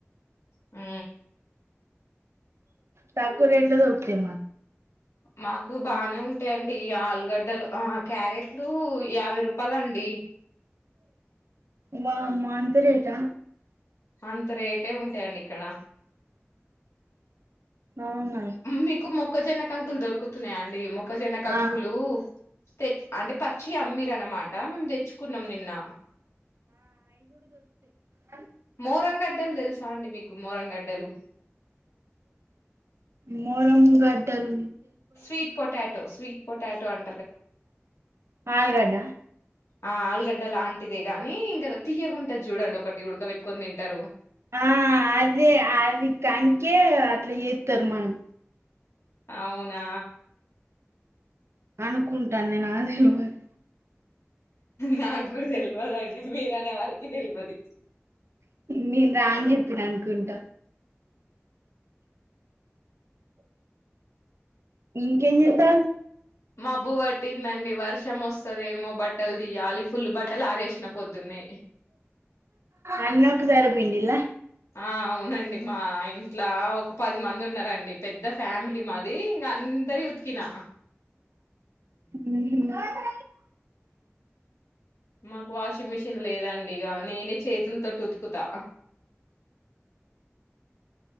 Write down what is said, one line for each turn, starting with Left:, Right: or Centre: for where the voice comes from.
Left: ఆ
Right: ఠాకూలు ఎట్ల ద ఒకే మ్మ
Left: మాకు బానే ఉంటయండి ఆలుగడ్డలు క్యారెట్లు యాభై రూపాయలు అండి
Right: వామ్మో అంత రేటా
Left: అంత రేటే ఉంటాయండి ఇక్కడ
Right: అవును
Left: మీకు మొక్కజొన్న కంకులు దొరుకుతున్నాయాండి మొక్కజొన్న కంకులు
Right: ఆ
Left: తె అంటే పచ్చియి అమ్మిర్ అనమాట మేము దెచ్చుకున్నం నిన్న
Right: అ
Left: మోరంగడ్డలు దెల్ సాండి మికు మోరం గడ్డలు
Right: మోరమ్ గటల్
Left: స్వీట్ పొటాటో స్వీట్ పొటాటో అం
Right: ఆలుగడ్డా
Left: ఆ ఆలుగడ్డ లాంటిదే కాని ఇంకా త తీయగుంటది చూడండి ఒకటి ఉడకబెట్టుకొని తింటారు
Right: ఆ అది అది కనిక అట్ల ఏ తినమను
Left: అవునా
Right: అనుకుంటాను నేను నా దేవోగని
Left: నాకు గూడ దెల్వదండి మీర్ అనే వరికి దెల్వది
Right: నెన్ రాంగ్ జెప్పినన్కుంట ఇంకేం జెత్తాల్
Left: మాబ్బువట్ పట్టిందండి వర్షం వస్తుదేమో బట్టలు తియ్యాలి ఫుల్ బట్టలు ఆరేశ్న పొద్దున్నె
Right: అన్నొకు తర పిడిలా
Left: ఆ అవునండి మా ఇ ఇట్లా ఒక పది మంది ఉన్నరండి పెద్ద ఫ్యామిలీ మాది ఇంకా అందరి ఉతికినా
Right: ఉహు
Left: మాకు వాషింగ్ మిషిన్ లేదండి డిగా నేనే చేతులతోటి ఉతుకుతా